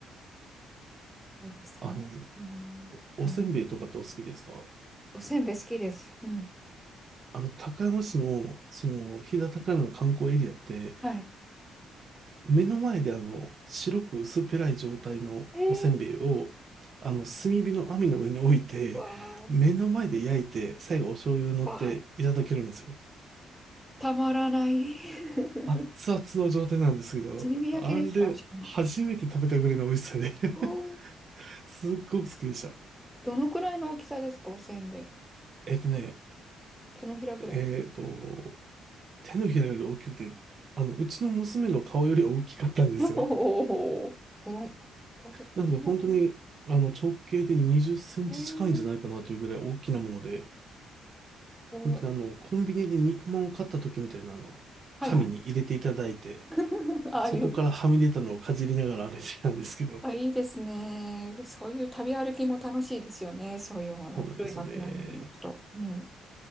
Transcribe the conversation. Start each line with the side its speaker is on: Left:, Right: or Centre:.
Centre: はいです。
Right: あの、
Centre: 楽しそうだな。
Right: おせんべいとかってお好きですか
Centre: はい。おせんべい好きです。うん。
Right: あの、高山市の、その、飛騨高山の観光エリアって、
Centre: はい。
Right: 目の前であの、白く薄っぺらい状態のおせんべいを、
Centre: ええ
Right: あの、炭火の網の上に置いて、
Centre: わあ、
Right: 目の前で焼いて、最後お醤油を乗っていただけるんですよ。
Centre: わあ、たまらない。<laughs>
Right: 熱々の状態なんですけど、
Centre: 炭火焼きですかしかも。
Right: あれ、初めて食べたぐらいの美味しさで
Centre: おー
Right: <laughs> すっごく好きでした。
Centre: どのくらいの大きさですかおせんべい。
Right: えっとね、
Centre: 手のひらぐらい。
Right: えっと、手のひらより大きくて、あの、うちの娘の顔より大きかったんですよ。
Centre: おお、子供、子供、
Right: なんで本当に、あの、直径で20センチ近いんじゃないかなというぐらい大きなもので、
Centre: えー、お
Right: 本当にあの、コンビニで肉まんを買った時みたいなあの、
Centre: はいはい。
Right: 紙に入れていただいて、
Centre: <laughs> ああいう
Right: そこからはみ出たのをかじりながら歩いてたんですけど、
Centre: あ、いいですね。そういう旅歩きも楽しいですよね。そういうあの古い街並みに行くと。
Right: そうなんですよね。
Centre: うん。